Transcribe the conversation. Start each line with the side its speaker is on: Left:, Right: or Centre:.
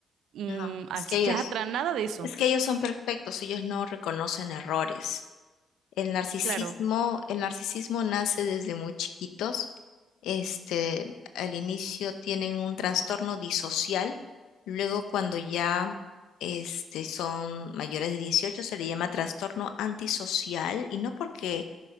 Right: mm,
Left: No,
Right: al
Left: es que
Right: psiquiatra,
Left: ellos...
Right: nada de eso.
Left: Es que ellos son perfectos, ellos no reconocen errores. El narcisismo,
Right: Claro,
Left: el narcisismo nace desde muy chiquitos. Este, al inicio tienen un trastorno disocial, luego cuando ya este, son mayores de 18 se le llama trastorno antisocial y no porque